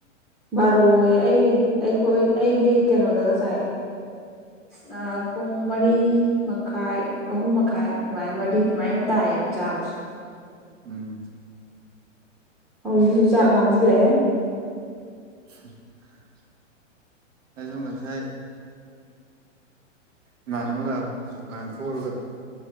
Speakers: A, in the centre; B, on the right.
A: ꯕꯥꯔꯣꯏꯌꯦ ꯑꯩ ꯑꯩꯈꯏ ꯑꯩꯗꯤ ꯀꯩꯅꯣꯗꯒ ꯆꯥꯏ ꯅ ꯄꯨꯡ ꯃꯔꯤ ꯃꯈꯥꯏ ꯑꯍꯨꯝ ꯃꯈꯥꯏ ꯁꯨꯃꯥꯏ ꯃꯔꯤ ꯁꯨꯃꯥꯏꯅ ꯑꯗꯨꯝ ꯇꯥꯏꯌꯦꯕ ꯆꯥꯕꯁꯦ
B: ꯎꯝ
A: ꯍꯧꯖꯤꯛꯁꯨ ꯆꯥꯛ ꯂꯥꯝꯖꯤꯜꯂꯛꯑꯦ
B: <inaudible> ꯑꯩꯖꯨ ꯉꯁꯥꯏ ꯏꯃꯥꯟꯅꯕꯒ ꯗꯨꯀꯥꯟ ꯊꯣꯛꯑꯒ